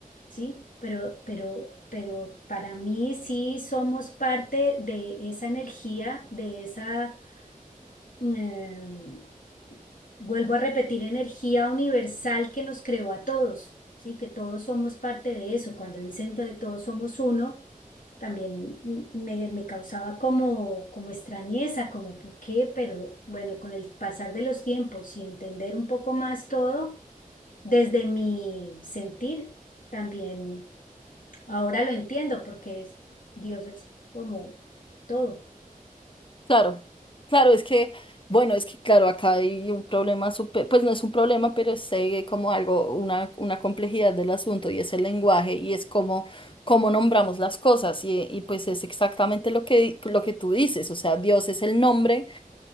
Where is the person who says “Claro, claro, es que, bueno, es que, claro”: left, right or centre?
Left